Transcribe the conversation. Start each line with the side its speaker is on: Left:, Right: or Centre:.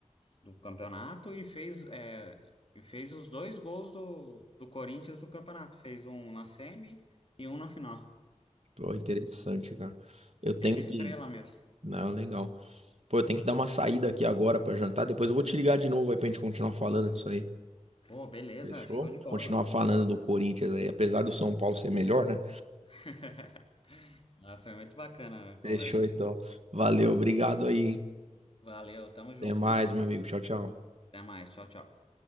Left: do campeonato e fez, é, e fez os dois gols do, do Corinthians no campeonato. Fez um na semi e um na final.
Right: Pô, interessante, cara. Eu tenho
Left: Teve estrela
Right: que.
Left: mesmo.
Right: Não, legal. Pô, eu tenho que dar uma saída aqui agora pra jantar. Depois eu vou te ligar de novo aí pra gente continuar falando disso aí.
Left: Pô, beleza,
Right: Fechou?
Left: show de bola.
Right: Continuar falando do Corinthians aí, apesar do São Paulo ser melhor, né?
Left: <laughs> Ah, foi muito bacana a conversa.
Right: Fechou, então. Valeu, obrigado aí, hein?
Left: Valeu, tamo junto,
Right: Até mais,
Left: viu?
Right: meu amigo. Tchau, tchau.
Left: Até mais, tchau, tchau.